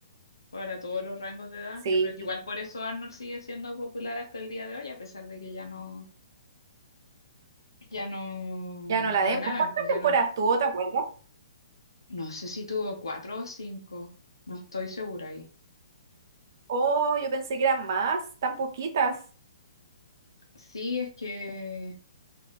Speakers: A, on the left (about 70°); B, on the right (about 45°).
A: para todos los rangos de edad.
B: Sí,
A: Yo creo que igual por eso Arnold sigue siendo popular hasta el día de hoy, a pesar de que ya no ya no
B: Ya no la
A: la
B: den.
A: graben,
B: ¿Por cuántas
A: pues ya
B: temporadas
A: no.
B: tuvo, te acuerdas?
A: No sé si tuvo cuatro o cinco, no estoy segura ahí.
B: Oh, yo pensé que eran más, tan poquitas.
A: Sí, es que